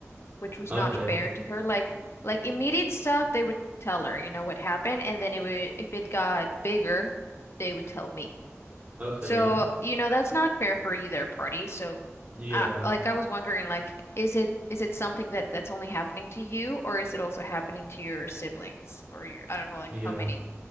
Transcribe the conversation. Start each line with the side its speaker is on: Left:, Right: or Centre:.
Left: which was
Right: Okay.
Left: not fair to her. Like like immediate stuff, they would tell her, you know, what happened, and then it would if it got bigger, they would tell me.
Right: Okay.
Left: So, you know, that's not fair for either party. So,
Right: Yeah.
Left: uh, like I was wondering, like, is it is it something that that's only happening to you, or is it also happening to your siblings, or your I don't know, like
Right: Yeah.
Left: how many